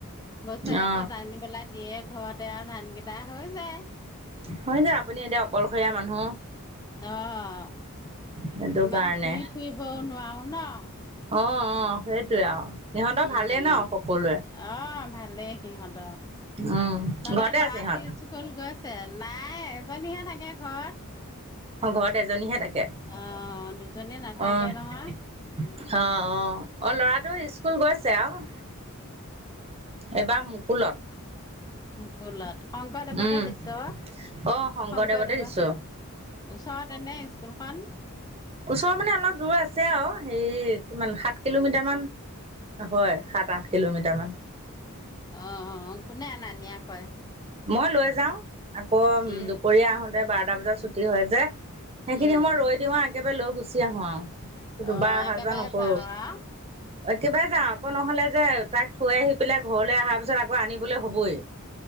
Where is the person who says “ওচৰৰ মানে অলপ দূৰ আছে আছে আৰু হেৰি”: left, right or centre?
Right